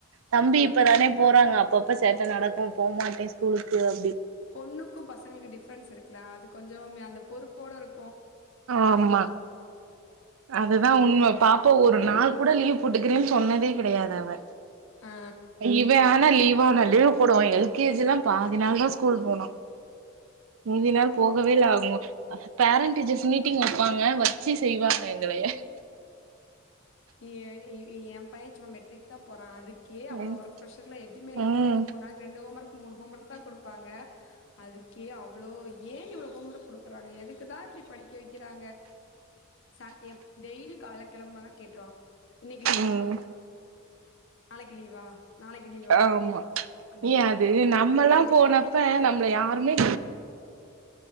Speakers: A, on the right; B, on the left.
A: தம்பி
B: ஆ
A: இப்பதானே போறாங்க அ ப்பப்ப சேட்ட நடக்கு போமாட்டே ஸ்கூலுக்கு அ
B: பொண்ணுக்கு பசங்ளுக்கு டிஃப்ரென்ஸ் இருக்குலா அது கொஞ்சமுமே அந்த பொறுப்போட இரு
A: ஆமா அதுதா உண்ம பாப்பா ஒரு நாள் கூட லீவ் போட்டுக்குறேன் சொன்னதே கிடையாது அவ
B: ஆ
A: இவெ ஆனா லீ வான லீவ் போடுவா எல் கே ஜி லா பாதி நாள் தா ஸ்கூல் போனா மீதி நாள் போகவேல்ல அவுங்கொ அ பேரண்ட் டீச்சர்ஸ் மீட்டிங் வப்பாங்க வச்சு செய்வாங்க எ ங்களைய
B: ஏங் எ பய சும்மா மெட்ரிக் தா போற் அதுக் கே அவ்ளோ
A: ம்
B: ஒர்க் ப்ரஷர்லா எதுமே இல்ல
A: ம்
B: ஒரு நாளைக்கு ரெண்டு ஹோமர்க் மூணு ஹோமர்க் தா குடுப்பாங்க அதுக்கே அவ்ளோ இ ஏ இவ்ளொ ஹோம் ஒர்க் குடு க்குறாங்க எதுக்குதா இப்டி படிக்க வக்கிறாங்க சன் எப் டெய்லி கெளம்பனா கேட்ருவா இன்னக்கி லீவா
A: ம்
B: நாளைக்கு லீவா நாளைக்கு லீவா
A: ஆமா
B: டெய்லி
A: ஏ
B: லீவு
A: அது
B: தா
A: நம்மல்லா
B: என்னைக்கு
A: போனப்ப
B: லீவு என்னைக்கு லீவு இதுதா
A: நம்மள யாருமே